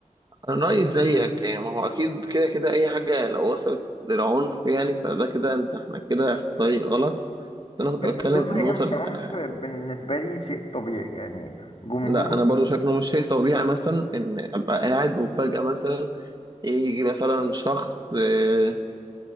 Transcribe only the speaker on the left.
بس
طول
ما
هي مش
عنف بالنسبة لي شيء طبيعي يعني جمهور